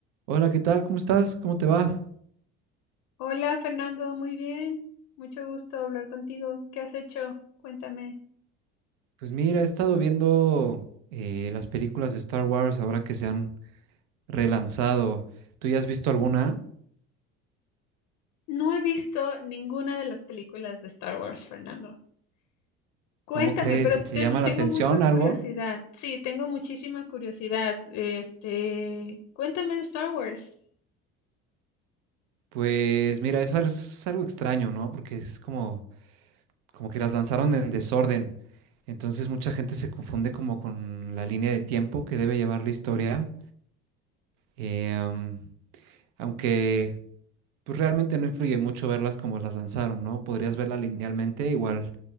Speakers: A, on the right; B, on the left.
A: Hola, ¿qué tal? ¿Cómo estás? ¿Cómo te va?
B: Hola Fernando, muy bien. Mucho gusto hablar contigo. ¿Qué has hecho? Cuéntame.
A: Pues mira, he estado viendo eh, las películas de Star Wars ahora que se han relanzado. ¿Tú ya has visto alguna?
B: No he visto ninguna de las películas de Star Wars, Fernando. Cuéntame,
A: ¿Cómo crees?
B: pero
A: ¿Si te
B: tengo,
A: llama
B: tengo
A: la atención
B: mucha curiosidad.
A: algo?
B: Sí, tengo muchísima curiosidad. Este, cuéntame de Star Wars.
A: Pues mira, es, al- es algo extraño, ¿no? Porque es como, como que las lanzaron en desorden. Entonces mucha gente se confunde como con la línea de tiempo que debe llevar la historia. Eh, am, aunque pues realmente no influye mucho verlas como las lanzaron, ¿no? Podrías verla linealmente, igual